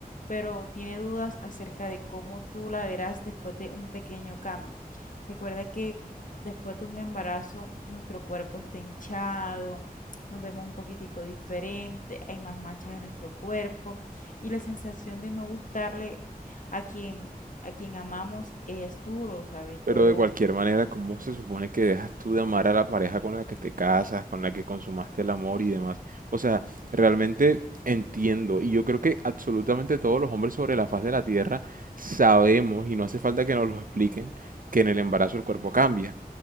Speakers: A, on the left; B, on the right.
A: pero tiene dudas acerca de cómo tú la verás después de un pequeño cambio. Recuerda que después de un embarazo, nuestro cuerpo está hinchado, nos vemos un poquitico diferente, hay más manchas en nuestro cuerpo y la sensación de no gustarle a quien, a quien amamos es duro, ¿sabes? Yo,
B: Pero de cualquier manera, ¿cómo se supone que dejas tú de amar a la pareja con la que te casas, con la que consumaste el amor y demás? O sea, realmente entiendo, y yo creo que absolutamente todos los hombres sobre la faz de la tierra sabemos, y no hace falta que nos lo expliquen, que en el embarazo el cuerpo cambia.